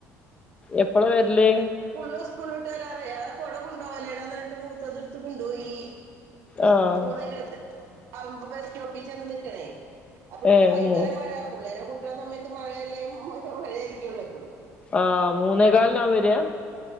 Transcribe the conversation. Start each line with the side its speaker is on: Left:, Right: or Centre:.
Left: എപ്പളാ വരല്
Right: പുള്ളെ സ്കൂൾ വിട്ട് വരാറായി ആ കൊട കൊണ്ടോവല്ലേടാ പറഞ്ഞിട്ട് മൂത്തത് എടുത്ത് കൊണ്ടോയി
Left: ആഹ്
Right: മൂന്നേ ഇരുപത് ആവുമ്പോ ബസ് സ്റ്റോപ്പ്‌ ചെന്ന് നിക്കണേ അപ്പൊ ഇപ്പൊ
Left: ഏ
Right: ഭയങ്കര
Left: മൂ
Right: മഴ പുള്ളേനെ കൊണ്ടരുന്ന സമയത്ത് മഴയല്ലേ മഴ ആയിരിക്കുവല്ലോ എപ്പഴും
Left: ആഹ് മൂന്നേക്കാലിനാ അവൻ വരാ